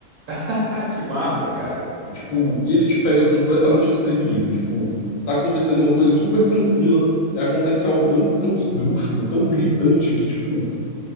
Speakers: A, on the right; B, on the left.
A: <laughs> Que massa, cara.
B: Tipo, e ele te pega completamente desprevenido. Tipo, tá acontecendo uma coisa super tranquila, aí acontece algo tão, tão esdrúxulo, tão gritante, que, tipo,